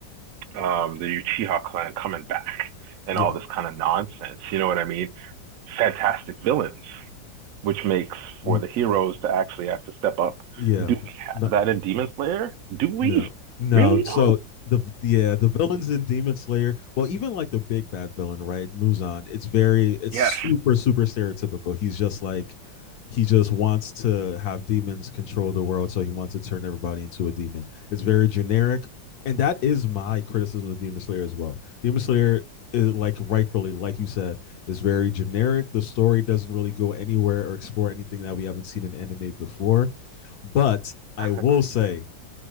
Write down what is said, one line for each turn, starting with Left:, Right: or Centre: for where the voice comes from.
Right: um, the Uchiha clan coming back and
Left: Yeah.
Right: all this kind of nonsense. You know what I mean? Fantastic villains, which makes
Left: You,
Right: for the heroes to actually have to step up.
Left: yeah.
Right: Do we
Left: No,
Right: have that in Demon Slayer? Do we
Left: No, no.
Right: really
Left: So
Right: though?
Left: the yeah, the villains in Demon Slayer, well, even like the big bad villain, right? Muzan. It's very, it's
Right: Yes,
Left: super, super stereotypical. He's just like, he just wants to have demons control the world, so he wants to turn everybody into a demon. It's very generic, and that is my criticism of Demon Slayer as well. Demon Slayer is like rightfully, like you said, is very generic. The story doesn't really go anywhere or explore anything that we haven't seen in anime before. But I
Right: exactly.
Left: will say